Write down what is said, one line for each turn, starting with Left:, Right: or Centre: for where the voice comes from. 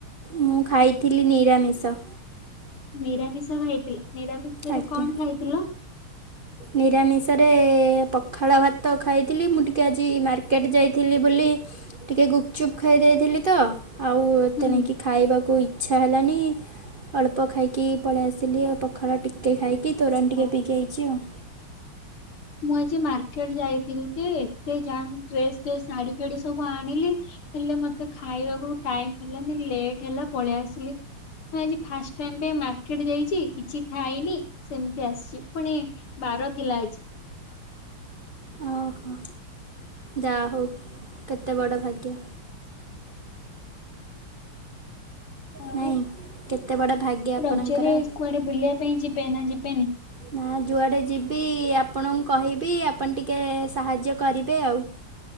Right: ମୁଁ ଖାଇଥିଲି ନିରାମିଷ।
Left: ନିରାମିଷ ଉ ଯେତିଲେ ନିରାମିଷରେ
Right: ଆଜ୍ଞା।
Left: କଣ ଖାଇଥିଲ?
Right: ନିରାମିଷରେ ପଖାଳ ଭାତ ଖାଇଥିଲି ମୁଁ ଟିକେ ଆଜି ମାର୍କେଟ୍ ଯାଇଥିଲି ବୋଲି ଟିକେ ଗୁପଚୁପ୍ ଖାଇ ଦେଇଥିଲି ତ ଆଉ
Left: ହୁଁ।
Right: ତେଣିକି ଖାଇବାକୁ ଇ ଇଚ୍ଛା ହେଲାନି ଅଳ୍ପ ଖାଇକି ପଳେଇ ଆସିଲି ଆଉ ପଖାଳ ଟିକେ ଖାଇ ପି ତୋରାଣି ଟିକେ
Left: ହଁ।
Right: ପିଇକି ଆଇଚି ଆଉ।
Left: ମୁଁ ଆଜି ମାର୍କେଟ୍ ଯାଇଥିଲି ଯେ ଏତେ ଜାମ୍ ଡ୍ରେସ୍ ଫ୍ରେସ୍ ଶାଢ଼ୀ ଫାଢ଼ୀ ସବୁ ଆଣିଲି। ହେଲେ ମତେ ଖାଇବାକୁ ବି ଟାଇମ୍ ହେଲାନି ଲେଟ୍ ହେଲା ପଳିଆସିଲି। ଉଁ ଆଜି ଫାଷ୍ ଟାଇମ୍ ପାଇଁ ମାର୍କେଟ ଯାଇଚି କିଛି ଖାଇନି ସେମିତି ଆସଚି ପୁଣି ବାର ଥିଲା ଆଜି।
Right: ଓହୋ ଯା ହଉ କେତେ ବଡ଼ ଭାଗ୍ୟ।
Left: ଆଉ
Right: ନାଇଁ କେତେ ବଡ଼ ଭାଗ୍ୟ ଆପଣଙ୍କର।
Left: ରଜରେ କୁଆଡ଼େ ବୁଲିବା ପାଇଁ ଯିବେ ନା ଯିବେନି?
Right: ନାଁ ଯୁଆଡ଼େ ଯିବି ଆପଣଙ୍କୁ କହିବି ଆପଣ ଟିକେ ସାହାଯ୍ୟ କରିବେ ଆଉ।